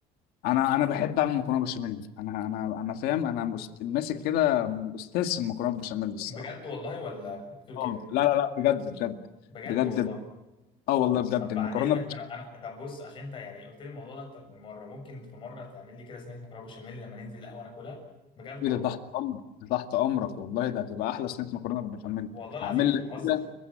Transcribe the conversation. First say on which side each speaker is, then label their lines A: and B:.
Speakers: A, on the left; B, on the left.
A: انا انا بحب اعمل مكرونه بشاميل انا انا انا فاهم انا مست- ماسك كده استاذ في المكرونه بالبشاميل الصراحه
B: بجد والله ولا بتقول
A: اه
B: كده
A: لا لا لا بجد بجد
B: بجد
A: بجد
B: والله
A: اه والله بجد
B: طب
A: المكرونه
B: بعد اذنك انا انا طب بص عشان انت يعني قلت لي الموضوع ده اكتر من مره ممكن في مره تعمل لي كده صينيه مكرونه بشاميل لما ننزل القهوه ناكلها بجد
A: ايه
B: والله
A: ده تحت امرك ده تحت امرك والله ده هتبقى احلى صينيه مكرونه بالبشاميل
B: والله العظيم
A: هعمل
B: مش بهزر
A: لك كده